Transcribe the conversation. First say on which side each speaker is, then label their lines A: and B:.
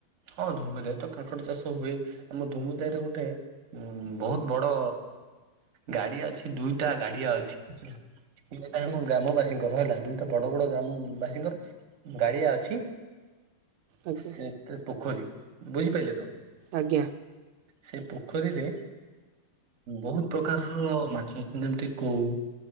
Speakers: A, on the right; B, on the right.
A: ହଁ ଧୁମୁଧାୟ ତ କାଙ୍କଡ଼ ଚାଷ ହୁଏ ଆମ ଧୁମୁଧାୟ ରେ ଗୋଟେ ବହୁତ ବଡ଼ ଗାଡ଼ିଆ ଅଛି ଦୁଇଟା ଗାଡ଼ିଆ ଅଛି। ସେଏଟା
B: ପାଇଥିଲି
A: ଆମ ଗ୍ରାମବାସୀଙ୍କର ହେଲା ଦୁଇଟା ବଡ଼ ବଡ଼ ଗ୍ରାମ ବାସୀଙ୍କର ଗାଡ଼ିଆ ଅଛି
B: ଆଜ୍ଞା
A: ସେ ତ ପୋଖରୀ ବୁଝିପାରିଲେ ତ?
B: ଆଜ୍ଞା।
A: ସେ ପୋଖରୀରେ ବହୁତ ପ୍ରକାରର ମାଛ ଅଛନ୍ତି ଯେମିତି କୋଉ।